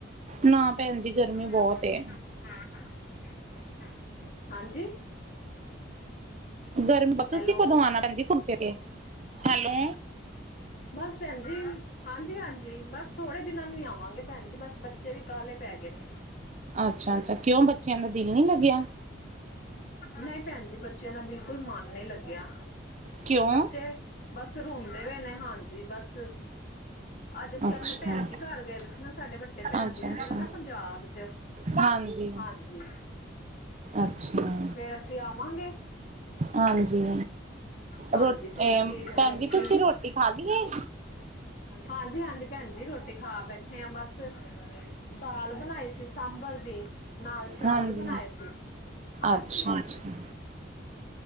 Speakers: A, on the right; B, on the left.
A: ਨਾ ਭੈਣ ਜੀ ਗਰਮੀ
B: <unintelligible>
A: ਬਹੁਤ ਏ।
B: ਹਾਂਜੀ
A: ਗਰਮ ਤੁਸੀਂ
B: ਹੈਲੋ
A: ਕਦੋਂ ਆਉਣਾ ਭੈਣ ਜੀ ਘੁੰਮ ਫਿਰ ਕੇ ਹੈਲੋ
B: ਬਸ ਭੈਣ ਜ ਹਾਂਜੀ। ਹਾਂਜੀ ਬਸ ਥੋੜੇ ਦਿਨਾਂ ਨੂੰ ਹੀ ਆਵਾਂਗੇ ਭੈਣ ਜਜੀ ਬਸ ਬੱਚੇ ਵੀ ਕਾਲੇ ਪੈ ਗਏ ਨੇ।
A: ਅੱਛਾ ਅੱਛਾ ਕਿਉਂ ਬੱਚੇ ਬੱਚਿਆਂ ਦਾ ਦਿਲ ਨੀ ਲੱਗਿਆ।
B: ਨਹੀਂ ਭੈਣ ਜੀ ਬੱਚਿਆਂ ਦਾ ਬਿਲਕੁਲ ਬਿਲਕੁਲ ਮਨ ਨੀ ਲੱਗਿਆ
A: ਕਿਉਂ
B: ਬੱਚੇ ਬਸ ਰੋਂਦੇ ਹੋਏ ਨੇ ਹਾਂਜੀ ਬਸ ਅੱਜ ਅਸੀਂ
A: ਅੱਛਾ।
B: ਆਪਣੇ ਭੈਣ ਜੀ ਘਰ ਗਏ ਦੇ ਸੀ ਨਾ ਸਾਡੇ ਵੱਡੇ ਭੈਣ
A: ਅੱਛਾ
B: ਜੀ ਰਹਿੰਦੇ
A: ਅੱਛਾ
B: ਨੇ ਨਾ ਪੰਜਾਬ ਚ
A: ਹਾਂਜੀ
B: ਹਾਂਜੀ।
A: ਅੱਛਾ।
B: ਫਿਰ ਅਸੀਂ ਆਵਾਂਗੇ
A: ਹਾਂਜੀ
B: ਹਾਂਜੀ
A: ਰੋ
B: ਫਿਰ ਅਸੀਂ ਮਤਲਬ
A: ਭੈਣ ਜੀ
B: ਕਿ
A: ਤੁਸੀਂ ਰੋਟੀ ਖਾ ਲਈ ਏ
B: ਹਾਂਜੀ ਹਾਂਜੀ। ਭੈਣ ਜੀ ਰੋਟੀ ਖਾ ਬੈਠੇ ਹਾਂ ਬਸ ਦਾਲ ਬਣਾਈ ਸੀ ਸਾਂਬਰ ਦੀ ਨਾਲ ਚਾਵਲ
A: ਹਾਂਜੀ।
B: ਬਣਾਏ ਸੀ ਹਾਂਜੀ।
A: ਅੱਛਾ ਅੱਛਾ